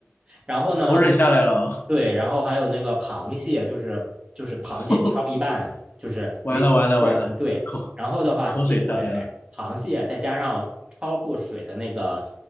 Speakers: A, on the right; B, on the left.
A: 然后呢，
B: 口水下来了哦，
A: 对，然后还有那个螃蟹，就是就是螃蟹敲一半，
B: <laughs>
A: 就是两对一对，
B: 完了完了完了，口
A: 然后的话，
B: 口水下来了。
A: 蟹腿、螃蟹再加上焯过水的那个